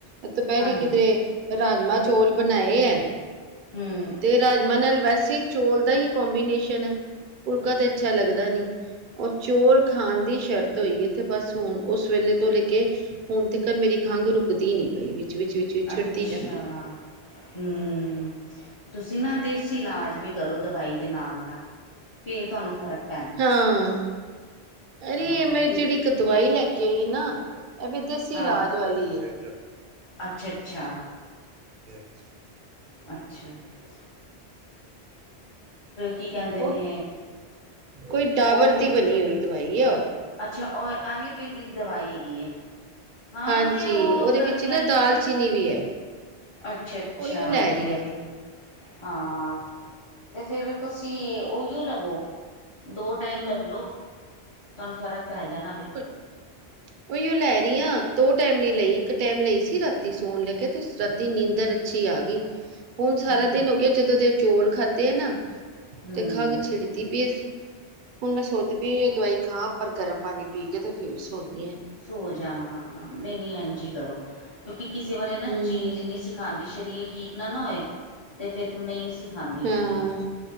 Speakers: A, on the right; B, on the left.
A: ਏ ਦੁਪਹਿਰੀ
B: ਹਾਂਜੀ
A: ਕਿਧਰੇ ਏ ਰਾਜਮਾ ਆ ਚੌਲ ਬਣਾਏ ਐ
B: ਹੂੰ
A: ਤੇ ਏ ਰਾਜਮਾਂ ਨਾ ਵੈਸੇ ਈ ਚੋਲ ਦਾ ਹੀ ਕੋਂਬੀਨੇਸ਼ਨ ਐ ਫੁਲਕਾ ਤੇ ਅੱਛਾ ਲੱਗਦਾ ਨੀ ਈ ਉਹ ਚੋਲ ਖਾਣ ਦੀ ਈ ਫੇਰਤ ਹੋਈ ਤੇ ਬਸ ਹੁਣ ਉਸ ਵੇਲੇ ਤੋਂ ਲੈ ਕੇ ਹੁਣ ਤਕ ਮੇਰੀ ਖੰਘ ਰੁਕਦੀ ਨੀ ਪਈ ਵੀ ਈ ਵਿੱਚ ਵਿੱਚ ਵਿੱਚ
B: ਅੱਛਾ
A: ਛਿੜਦੀ ਜਾਂਦੀ ਐ
B: ਹੂੰ ਤੁਸੀਂ ਨਾ ਦੇਸੀ ਇਲਾਜ ਵੀ ਈ ਕਰੋ ਦਵਾਈ ਦੇ ਨਾਲ ਆ ਨਾਲ ਆ ਫੇਰ ਤੁਹਾਨੂੰ ਫ਼ਰਕ ਆ
A: ਹਾਂ ਆ ਅਰੇ
B: ਹਾਂ
A: ਏ ਮੈਂ
B: ਦੇ
A: ਜਿਹੜੀ ਇੱਕ ਦਵਾਈ ਲੈ ਕੇ ਆਈ ਨਾ ਇਹ ਵੀ ਦੇਸੀ
B: ਹਾਂ
A: ਇਲਾਜ ਵਾਲੀ ਏ
B: ਅੱਛਾ ਅੱਛਾ
A: <inaudible>
B: ਅੱਛਾ ਆ ਕੀ ਕਹਿੰਦੇ ਨੇ
A: ਉਹ ਕੋਈ ਡਾਵਰ
B: ਉਹ ਫਿਰ
A: ਦੀ ਬਣੀ ਹੋਈ ਦਵਾਈ ਆ ਉਹ ਵੀ
B: ਅੱਛਾ ਔ ਆਯੁਰਵੈਦਿਕ ਦਵਾਈ ਹੈਗੀ ਐ ਹਾਂ
A: ਹਾਂਜੀ
B: ਤੇ ਉਹ
A: ਉਹਦੇ
B: ਕਰ
A: ਵਿੱਚ
B: ਲੈਲੋ
A: ਨਾ ਦਾਲ
B: ਤੁਸੀਂ
A: ਚੀਨੀ
B: ਈ
A: ਵੀ ਹੈ
B: ਅੱਛਾ ਅੱਛਾ
A: ਉਹੀਓ ਲੈ
B: ਆ ਵਧੀਆ
A: ਰਹੀ
B: ਫੇਰ ਤੇ ਏ ਹਾਂ ਆ ਤੇ ਫਿਰ ਤੁਸੀਂ ਈ ਉਹੀਓ ਲਵੋ ਦੋ ਟਾਈਮ ਲੈਬ ਲਓ ਤਾਨੂੰ ਫ਼ਰਕ ਪੈ ਜਾਣਾ ਵੇ ਏ
A: <inaudible> ਉਹੀ ਉਹ ਲੈ ਰਹੀ ਆਂ ਦੋ ਟਾਈਮ ਨੀ ਲਈ ਇੱਕ ਟਾਈਮ ਲਈ ਸੀ ਰਾਤੀ ਸੌਣ ਲੱਗੇ ਤੇ ਰਾਤੀ ਨੀਂਦਰ ਅੱਛੀ ਆ ਗਈ।
B: <inaudible>
A: ਹੁਣ ਸਾਰਾ
B: ਹੂੰ।
A: ਦਿਨ ਹੋ ਗਿਆ ਜਦੋਂ ਦੇ ਉਹ ਚੌਲ ਖਾਧੇ ਐ ਨਾ
B: ਹੂੰ
A: ਤੇ ਖੰਗ ਛਿੜ ਏ ਪੀ ਐੱਸ, ਹੁਣ ਮੈਂ ਸੋਚਦੀ ਪ ਇਹ ਦਵਾਈ ਖਾਂ ਪਰ ਗਰਮ ਪਾਣੀ ਪੀ ਕੇ ਤਾਂ ਫਿਰ ਸੋਨੀ ਹਾਂ।
B: ਸੋ ਜਾ ਹਾਂ ਨਹੀਂ -ਨਹੀਂ ਇੰਝ ਹੀ ਕਰੋ। ਕਿਉਂਕਿ ਕਿਸੇ ਵੇਲੇ ਨਾ
A: ਹੂੰ
B: ਚੀਜ਼ ਨਹੀਂ ਸੀ ਖਾਂਦੀ। ਸਰੀਰ ਠੀਕ ਨਾ ਨਾ ਹੋਏ। ਤੇ ਫਿਰ ਨਹੀਂ ਸੀ ਖਾਂਦੀ
A: ਹਾਂ
B: ਚੀਜ਼